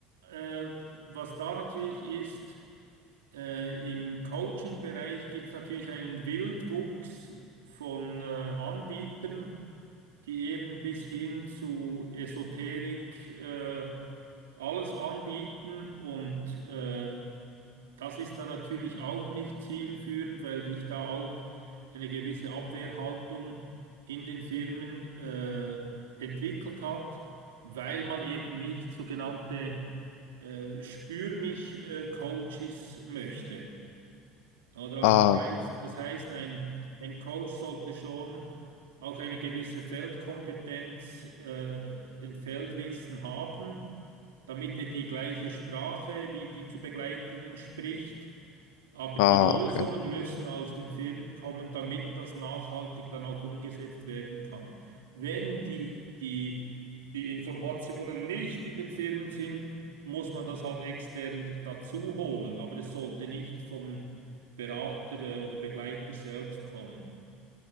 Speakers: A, on the right; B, on the left.
A: äh, was da natürlich ist, äh, im Coaching-Bereich gibt es natürlich einen Wildwuchs von äh, Anbietern, die eben bis hin zu Esoterik äh, alles anbieten und äh, Das ist dann natürlich auch nicht zielführend, weil sich da auch eine gewisse Abwehrhaltung in den Firmen äh, entwickelt hat, weil man eben nicht sogenannte äh, Spür mich äh, Coaches möchte. Oder also
B: Ah,
A: das heißt, das heißt ein, ein Coach sollte schon auch eine gewisse Feldkompetenz, äh, ein Feldwissen haben, damit er die gleiche Sprache wie die zu Begleitenden spricht aber
B: ah,
A: die Lösungen
B: okay.
A: müssen aus den Firmen kommen, damit das nachhaltig dann auch umgesetzt werden kann. Wenn die, die, die Informationen nicht in den Firmen sind, muss man das halt extern dazu holen, aber es sollte nicht vom Berater äh, oder Begleiter selbst kommen.